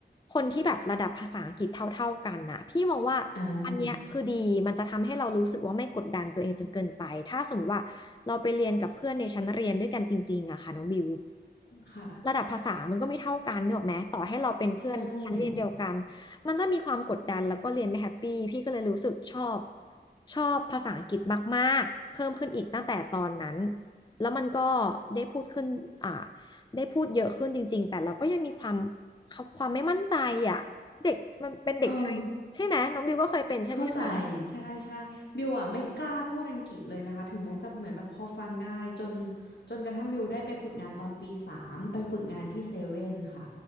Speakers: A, on the left; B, on the left.
A: คนที่แบบระดับภาษาอังกฤษเท่าๆกันน่ะพี่มองว่าอันเนี้ยคือดีมันจะทำให้เรารู้สึกว่าไม่กดดันตัวเองจนเกินไปถ้าสมมติว่าเราไปเรียนกับเพื่อนในชั้นเรียนด้วยกันจริงๆอะค่ะน้องบิว
B: อ่าค่ะ
A: ระดับภาษามันก็ไม่เท่ากันเนึกออกไหมต่อให้เราเป็นเพื่อนชั้นเรียนเดียวกัน
B: ใช่
A: มันจะมีความกดดันแล้วก็เรียนไม่แฮปปี้พี่ก็เลยรู้สึกชอบชอบภาษาอังกฤษมากๆเพิ่มขึ้นอีกตั้งแต่ตอนนั้นแล้วมันก็ได้พูดขึ้นอ่าได้พูดเยอะขึ้นจริงๆแต่เราก็ยังมีความ ความไม่มั่นใจอ่ะเด็กมันเป็นเด็กไทยใช่ไหมน้องบิวก็เคยเป็นใช่ไหมคะ
B: เออ เข้าใจใช่ใช่บิวอ่ะไม่กล้าพูดอังกฤษเลยนะคะถึงแม้จะเหมือนแบบพอฟังได้จนจนกระทั่งบิวได้ไปฝึกงานตอนปีสามไปฝึกงานที่เซเว่นค่ะ